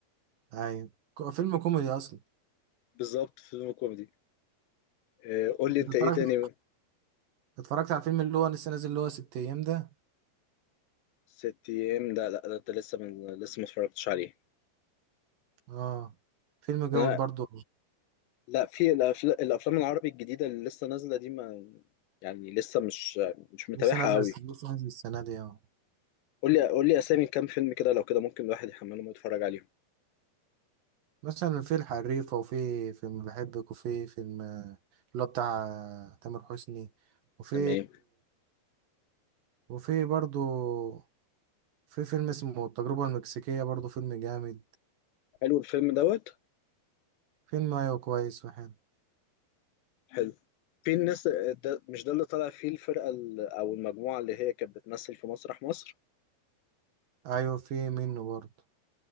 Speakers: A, on the right (about 60°); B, on the left (about 80°).
A: ايوه كو- فيلم كوميدي اصلا
B: بالظبط فيلم كوميدي آه، قول لي
A: انت
B: أنت
A: اتفرجت
B: إيه تاني
A: اتفرجت على الفيلم اللي هو لسه نازل اللي هو ست ايام ده
B: ست أيام لا لا ده أنت لسه من لسه ما اتفرجتش عليه
A: اه فيلم جامد
B: أنا
A: برضو
B: لا في الأفلام الأفلام العربي الجديدة اللي لسه نازلة دي ما يعني لسه مش مش متابعها
A: لسه نازل
B: قوي
A: الس- لسه نازل السنه دي اه
B: قول لي قول لي اسامي كام فيلم كده لو كده ممكن الواحد يحملهم ويتفرج عليهم
A: مثلا في الحريفه وفي فيلم بحبك وفي فيلم آه، اللي هو بتاع آه، تامر حسني وفي
B: تمام
A: وفي برضو في فيلم اسمه التجربه المكسيكيه برضو فيلم جامد
B: حلو الفيلم دوت
A: فيلم ايوه كويس وحلو
B: حلو في الناس ده مش ده اللي طلع فيه الفرقة ال- او المجموعة اللي هي كانت بتمثل في مسرح مصر
A: ايوه في منه برضو